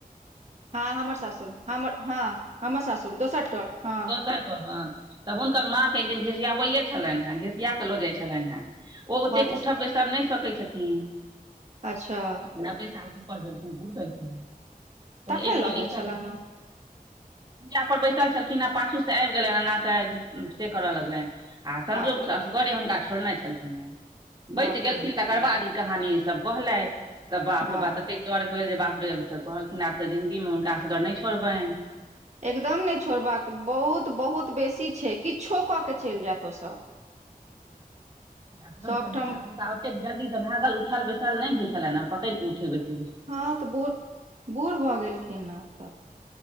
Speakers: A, on the right; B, on the right.
A: हँ हमर सासुर हमर हँ हमर सासुर दोसर टक हँ
B: दोसर तऽ हुनकर माँ के एक दिन घिसियाबैे छलनि हेँ घिसिया के लऽ जाइत छलनि हेँ ओ ओतेक
A: बड छै
B: उठब बैसब न सकै छथिन
A: अच्छा
B: नबै सालसँ ऊपर भेलखिन बूढ़ भेलखिन फेर
A: तखन
B: एक
A: लऽ
B: दिन
A: जाइ
B: ईस
A: छले ने
B: पूजा पर बैसल छलखिन आ पाछू से आबि गेलनि एना के से करय लगलनि संजोगसँ
A: बाप रे
B: असगरे हुनका छोड़ने छलखिन हँ बचि
A: बाप
B: गेलखिन
A: रे
B: तऽ करबाद ई कहानी ई सब कहलथि तऽ बाप
A: वाह
B: रे बा ततेक डर भेल जे बाप रे त कहलखिन आब त जिंन्दगीमे हुनका सबके नहि छोड़बे
A: एकदम नहि छोड़बाक बहुत बहुत बेसी छै किछो क के चलि जायत ओ सब <inaudible>
B: हमरा
A: सबठाम
B: ओत जल्दी सँ भागल उठल बैसल नहि होइ छलनि ने पकड़ क उठे बैसे
A: हँ तऽ बूढ़ बूढ़ भऽ गेलखिन ने तऽ